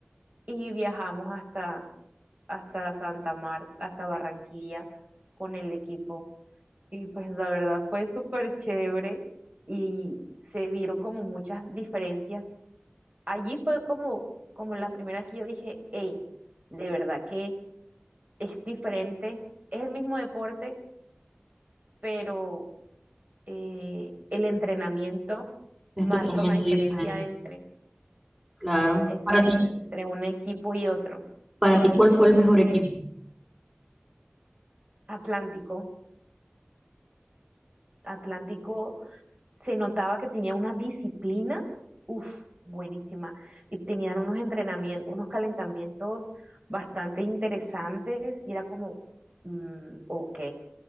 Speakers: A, on the right; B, on the right.
A: y viajamos hasta, hasta Santa Marta, hasta Barranquilla con el equipo y pues la verdad fue súper chévere y se vieron como muchas diferencias. Allí fue como, como la primera vez que yo dije, hey, de verdad que es diferente, es el mismo deporte, pero eh, el entrenamiento marca
B: Es totalmente
A: una diferencia
B: diferente.
A: entre,
B: Claro.
A: exacto,
B: Para ti,
A: entre un equipo y otro.
B: para ti, ¿cuál fue el mejor equipo?
A: Atlántico, Atlántico se notaba que tenía una disciplina, uff, buenísima. Y tenían unos entrenamientos, unos calentamientos bastante interesantes y era como, mm, ok.